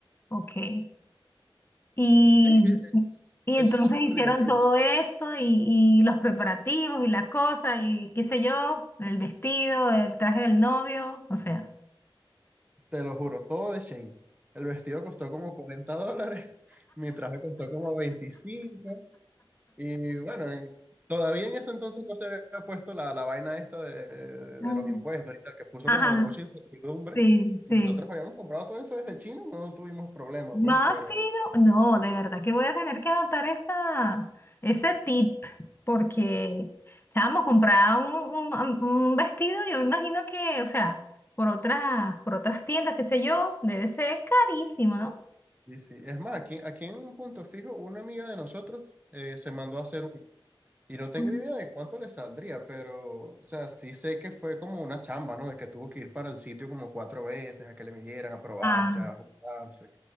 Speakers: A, on the left; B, on the right.
A: Ok. Y,
B: Sí, es,
A: y
B: es
A: entonces
B: súper
A: hicieron
B: divertido.
A: todo
B: eso.
A: eso y, y los preparativos y la cosa y qué sé yo, el vestido, el traje del novio, o sea.
B: Te lo juro, todo de Shane. El vestido costó como 40 dólares, <laughs> mi traje costó como veinticinco Y bueno, y todavía en ese entonces no se había puesto la, la vaina esta de,
A: Ah.
B: de los impuestos y tal, que puso
A: Ajá,
B: como mucha incertidumbre.
A: sí, sí.
B: Y Nosotros habíamos comprado todo eso desde China y no tuvimos problema,
A: Más
B: pues, pero...
A: fino. No, de verdad que voy a tener que anotar esa, ese tip porque, chamo, comprar un, un- un vestido, yo me imagino que, o sea, por otras, por otras tiendas, qué sé yo, debe ser carísimo, ¿no?
B: Y sí, es más, aquí, aquí en un punto fijo, una amiga de nosotros eh, se mandó a hacer uno. Y no tengo
A: Ujú.
B: idea de cuánto le saldría, pero, o sea, sí sé que fue como una chamba, ¿no? De que tuvo que ir para el sitio como cuatro veces, a que le midieran, a probarse,
A: Ah,
B: a ajustarse.